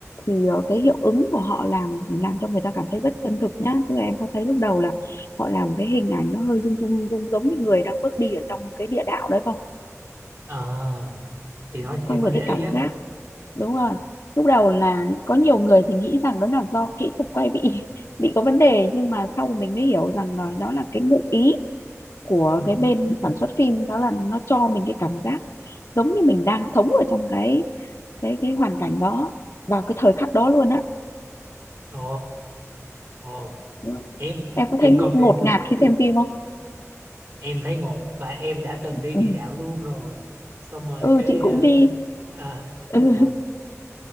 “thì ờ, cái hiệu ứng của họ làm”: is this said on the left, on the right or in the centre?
Left